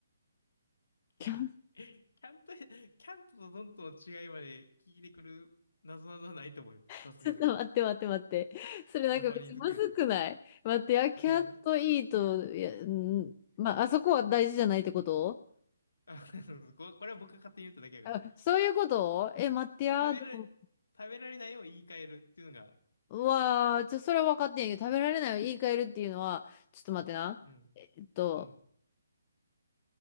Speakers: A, on the left; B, on the left.
A: いや、
B: can't
A: can't <laughs>、can't と don't の違いまで聞いてくる謎々はないと思うよ。
B: <laughs>
A: さすがに。
B: ちょっと待って待って待って。
A: ジ
B: それなんかめっちゃまずくない待って、
A: ャパニーズクイズ。
B: やキャットイート、
A: いや、むず、
B: いや、んまあ、あそこは大事じゃないってこと
A: あ、<laughs> ここれは僕が勝手に言っただけやから。
B: あ、そういうことえ、待ってや、
A: 食べられ、
B: でも、
A: 食べられないを言い換えるっていうのが、
B: うわー、ちょ、それは分かってんやけど、食べられないを言い換えるっていうのは、ちょっと待ってな。
A: うん。
B: えっと、
A: うん